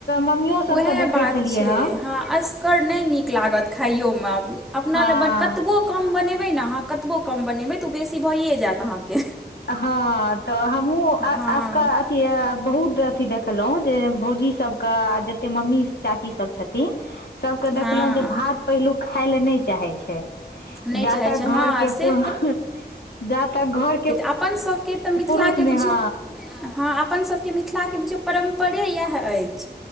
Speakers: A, on the left; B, in the centre.
A: मम्मियो
B: उएह
A: सबके देखै
B: बात
A: छेलियै
B: छै
A: हँन।
B: हँ असगर नै नीक लागत खायो मे अपना
A: हँ
B: लेए बड कतबो। कम बनेबै नऽ आहाँ कतबो कम बनेबै तऽ ओ बेसी भइए जेएत आहाँकेँ।
A: हँ तऽ हमहुँ अ-
B: हँ
A: आसकऽ अथी ये बहुत अथि देखलौ जे भौजी सबके जे। ते मम्मी चाची सब छथिन सबके
B: हँ
A: देखलौ जे भात पहिलु खाय ले नै चाहेै छै।
B: नहि
A: जा
B: चाहैत
A: तक
B: छै
A: घर
B: हँ
A: के
B: से
A: पू ह जा तक घर के-
B: अपन सब के तऽ। मिथिलाके
A: पुरुख नै
B: बुझियौ
A: हँ।
B: हँ अपन सबके मिथिलाके बुझियौ परम्परे इएह अइछ।